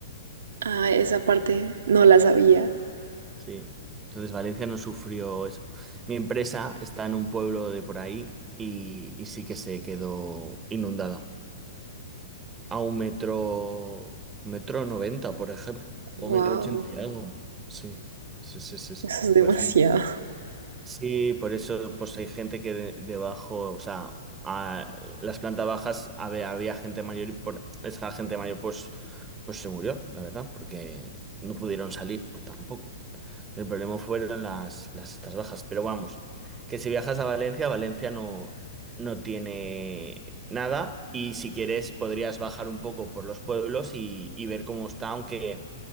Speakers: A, on the right; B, on the right.
A: Ah, esa parte no la sabía.
B: Sí. Entonces Valencia no sufrió eso. Mi empresa está en un pueblo de por ahí y, y sí que se quedó inundada. A un metro, metro noventa, por ejemplo,
A: Wow,
B: o metro ochenta y algo. Sí, sí, sí, sí, sí.
A: eso es demasiado.
B: Pues Sí, por eso pues hay gente que de- debajo, o sea, a- las plantas bajas había, había gente mayor y por esa gente mayor pues, pues se murió, la verdad, porque no pudieron salir tampoco. El problema fueron las, las estas bajas, pero vamos, que si viajas a Valencia, Valencia no, no tiene nada y si quieres podrías bajar un poco por los pueblos y, y ver cómo está, aunque...